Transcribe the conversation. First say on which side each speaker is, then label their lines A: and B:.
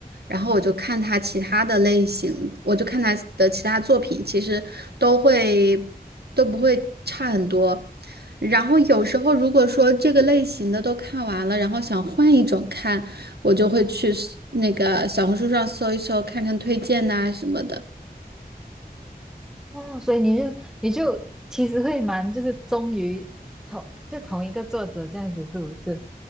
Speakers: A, on the right (about 80°); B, in the centre.
A: 然后我就看他其他的类型，我就看他的其他作品，其实都会都不会差很多。然后有时候如果说这个类型的都看完了，然后想换一种看，我就会去搜那个小红书上搜一搜，看看推荐呐、什么的。
B: 哦，所以你就你就其实会蛮就是忠于同就同一个作者这样子，是不是？